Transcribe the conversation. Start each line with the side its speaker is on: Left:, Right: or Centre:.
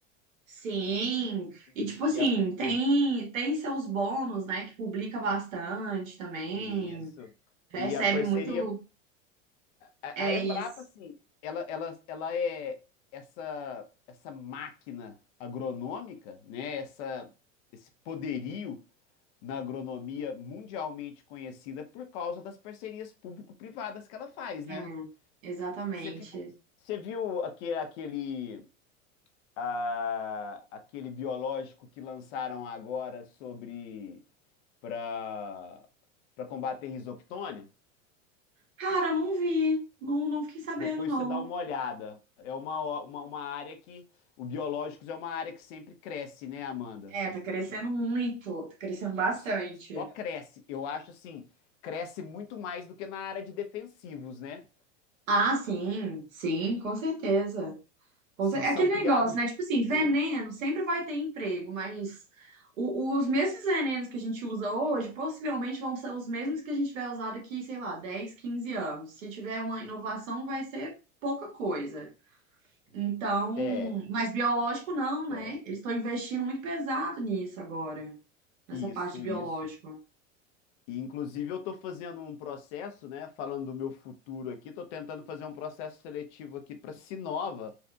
Right: sim. E tipo
Left: E
Right: assim,
Left: a,
Right: tem tem seus bônus, né? Que publica bastante também,
Left: isso.
Right: recebe
Left: E a parceria
Right: muito.
Left: A,
Right: É
Left: a Embrapa,
Right: isso.
Left: assim, ela, ela, ela é essa, essa máquina agronômica, né? Essa, esse poderio na agronomia mundialmente conhecida por causa das parcerias público-privadas que ela faz,
Right: É,
Left: né?
Right: exatamente.
Left: Você ficou, você viu aque- aquele, ah, aquele biológico que lançaram agora sobre para para combater risoctônia?
Right: Cara, eu não vi, não, não fiquei sabendo,
Left: Depois
Right: não.
Left: você dá uma olhada. É uma, ó- uma, uma área que. O biológicos é uma área que sempre cresce, né, Amanda?
Right: É, tá crescendo
Left: E
Right: muito, tá crescendo bastante.
Left: s- Só cresce. Eu acho assim, cresce muito mais do que na área de defensivos, né?
Right: Ah, sim, sim, com certeza. Com
Left: Assim,
Right: cer- É
Left: são
Right: aquele
Left: criados.
Right: negócio, né? Tipo assim, veneno
Left: Ah,
Right: sempre vai ter emprego, mas o- os mesmos venenos que a gente usa hoje possivelmente vão ser os mesmos que a gente vai usar daqui, sei lá, dez quinze anos. Se tiver uma inovação, vai ser pouca coisa. Então,
Left: É,
Right: mas biológico não, né?
Left: é.
Right: Eles estão investindo muito pesado nisso agora, nessa
Left: Isso,
Right: parte de biológico.
Left: isso. E, inclusive, eu estou fazendo um processo, né? Falando do meu futuro aqui, estou tentando fazer um processo seletivo aqui para Sinova.